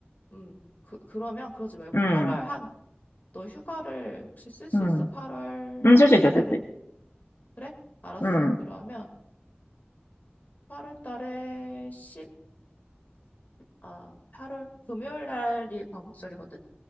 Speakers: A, on the left; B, on the left.
A: 음. 그, 그러면 그러지 말고
B: 음,
A: 8월 한, 너 휴가를 혹시 쓸 수
B: 음.
A: 있어? 8월
B: 음, 쓸 수 있어, 쓸
A: 달에.
B: 수 있어.
A: 그래? 알았어.
B: 음,
A: 그러면 8월 달에 10, 아, 8월 금요일 날이 광복절이거든?